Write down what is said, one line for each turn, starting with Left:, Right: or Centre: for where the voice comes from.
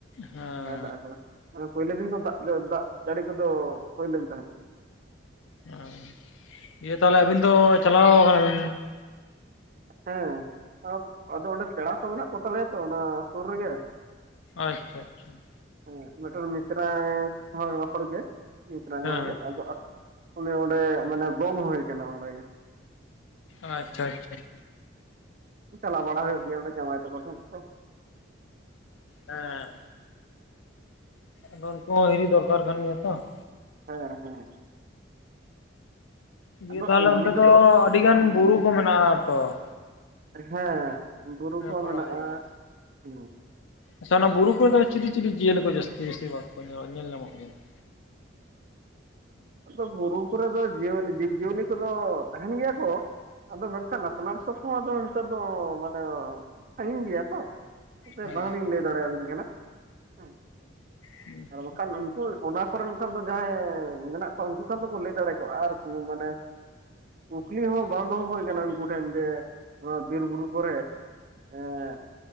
Left: ᱦᱟᱸ ᱾
Right: ᱵᱟᱭ ᱫᱟᱜᱽ ᱟᱠᱟᱫᱟ ᱢᱟᱱᱮ ᱯᱩᱭᱞᱩ ᱫᱤᱱ ᱫᱚ ᱫᱟᱜᱽ ᱫᱟᱜᱽ ᱡᱟᱹᱲᱤ ᱠᱚᱫᱚ ᱦᱩᱭ ᱞᱮᱱ ᱛᱟᱦᱮᱸᱜ ᱾
Left: ᱚᱸ ᱤᱭᱟᱹ ᱛᱟᱦᱞᱮ ᱟᱵᱤᱱ ᱫᱚ ᱪᱟᱞᱟᱣ ᱣᱟᱠᱟᱱᱟ ᱵᱤᱱ?
Right: ᱦᱮᱸ ᱟᱫᱚ ᱚᱸᱰᱮ ᱯᱮᱲᱟ ᱠᱚ ᱢᱮᱱᱟᱜ ᱠᱚ ᱛᱟᱞᱮᱭᱟ ᱛᱚ ᱚᱱᱟ ᱥᱩᱨ ᱨᱮᱜᱮ ᱾
Left: ᱟᱪᱪᱷᱟ ᱟᱪᱪᱷᱟ ᱾
Right: ᱦᱮᱸ ᱢᱤᱫᱴᱚᱱ ᱢᱤᱥᱨᱟ ᱦᱚᱲᱜᱮ ᱢᱤᱥᱨᱟᱹᱧ
Left: ᱦᱮᱸ
Right: ᱦᱚᱲᱜᱮ ᱟᱫᱚ ᱟᱠ ᱚᱱᱮ ᱚᱸᱰᱮ ᱢᱟᱱᱮ ᱜᱚᱝ ᱦᱩᱭ ᱟᱠᱟᱱᱟ ᱚᱸᱰᱮ ᱜᱮ ᱾
Left: ᱟᱪᱪᱷᱟ ᱟᱪᱪᱷᱟ ᱾
Right: ᱪᱟᱞᱟᱣ ᱵᱟᱲᱟ ᱦᱩᱭᱩᱜ ᱜᱮᱭᱟ ᱚᱸᱰᱮ ᱡᱟᱢᱟᱭ ᱛᱟᱠᱚ ᱴᱷᱮᱱ ᱛᱚ ᱾
Left: ᱦᱮᱸ ᱾ ᱟᱫᱚ ᱩᱱᱠᱩ ᱦᱚᱸ ᱦᱤᱨᱤ ᱫᱚᱨᱠᱟᱨ ᱠᱟᱱ ᱜᱮᱭᱟ ᱛᱚ ᱾
Right: ᱦᱮᱸ ᱦᱮᱸ ᱾
Left: ᱤᱭᱟᱹ
Right: ᱟᱫᱚ
Left: ᱛᱟᱞᱦᱮ
Right: ᱮᱢᱱᱤ
Left: ᱚᱱᱛᱮ
Right: ᱛᱮᱫᱚ
Left: ᱫᱚ ᱟᱹᱰᱤ ᱜᱟᱱ
Right: ᱦᱮᱸ
Left: ᱵᱩᱨᱩ ᱠᱚ ᱢᱮᱱᱟᱜᱼᱟ ᱛᱚ ᱾
Right: ᱦᱮᱸ ᱵᱩᱨᱩ ᱠᱚ
Left: ᱵᱟᱲᱟ
Right: ᱢᱮᱱᱟᱜᱼᱟ
Left: ᱦᱩᱭ ᱠᱟᱱᱟ
Right: ᱦᱩᱸ ᱾
Left: ᱟᱪᱪᱷᱟ ᱚᱱᱟ ᱵᱩᱨᱩ ᱠᱚᱨᱮ ᱫᱚ ᱪᱤᱞᱤ ᱪᱤᱞᱤ ᱡᱤᱭᱟᱹᱞᱤ ᱠᱚ ᱡᱟᱹᱥᱛᱤ ᱵᱤᱥᱤ ᱵᱟᱠᱚ ᱧᱮᱞ, ᱧᱮᱞ ᱧᱟᱢᱚᱜ ᱜᱮᱭᱟ ᱾
Right: ᱟᱫᱚ ᱵᱩᱨᱩ ᱠᱚᱨᱮ ᱫᱚ ᱡᱤᱭᱟᱹᱞᱤ ᱡᱤᱵᱽ ᱡᱤᱭᱟᱹᱞᱤ ᱠᱚᱫᱚ ᱛᱟᱦᱮᱸᱱ ᱜᱮᱭᱟ ᱠᱚ᱾ ᱟᱫᱚ ᱢᱮᱱᱠᱷᱟᱱ ᱟᱯᱱᱟᱨ ᱥᱚᱯᱥᱚᱢᱚᱭ ᱦᱚᱸ ᱫᱚ ᱱᱤᱛᱚᱜ ᱫᱚ ᱢᱟᱱᱮ ᱥᱟᱺᱜᱤᱧ ᱜᱮᱭᱟ ᱛᱚ ᱾ ᱱᱚᱛᱮ
Left: ᱦᱮᱸ
Right: ᱵᱟᱝ ᱞᱤᱧ ᱞᱟᱹᱭ ᱫᱟᱲᱮ ᱭᱟᱵᱤᱱ ᱠᱟᱱᱟ ᱦᱮᱸ ᱾
Left: ᱦᱩᱸ ᱾
Right: ᱵᱟᱠᱷᱟᱱ ᱩᱱᱠᱩ ᱚᱱᱟ ᱠᱚᱨᱮᱱ ᱠᱷᱚᱱ ᱫᱚ ᱡᱟᱦᱟᱸᱭ ᱢᱮᱱᱟᱜ ᱩᱱᱠᱩ ᱠᱷᱟᱱ ᱫᱚᱠᱚ ᱞᱟᱹᱭ ᱫᱟᱲᱮ ᱠᱚᱼᱟ ᱟᱨ ᱠᱩ ᱢᱟᱱᱮ ᱠᱩᱠᱞᱤ ᱦᱚᱸ ᱵᱟᱝ ᱫᱚᱦᱚ ᱦᱩᱭ ᱠᱟᱱᱟ ᱩᱱᱠᱩ ᱴᱷᱮᱱ ᱡᱮ ᱱᱚᱣᱟ ᱵᱤᱨ ᱵᱩᱨᱩ ᱠᱚᱨᱮ ᱮᱸᱜ